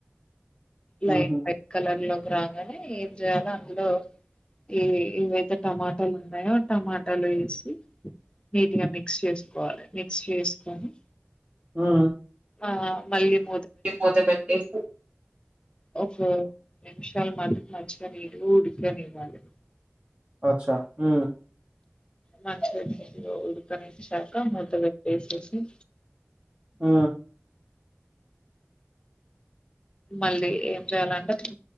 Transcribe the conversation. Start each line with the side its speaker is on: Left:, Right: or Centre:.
Left: లైట్
Right: ఉహు
Left: వైట్ కలర్ లో రాగానే ఏం చేయాలో అందులో ఈ ఏవైతే టమాటాలు ఉన్నాయో టమాటాలు వేసి నీట్గా మిక్స్ చేసుకోవాలి మిక్స్ చేసుకొని
Right: ఆ
Left: ఆ పళ్లెం
Right: మూత పెట్టేసి
Left: ఓకే చాల మట్టుకు మంచిగా నీటుగా ఉడికనివ్వాలి
Right: అచ్చా మ్
Left: మంచిగ నీటిగా ఉడకనించలి కమ్మతు వ్యక్తే స్ అ
Right: ఆ
Left: మళ్ళీ ఏం చెయాలంటే తి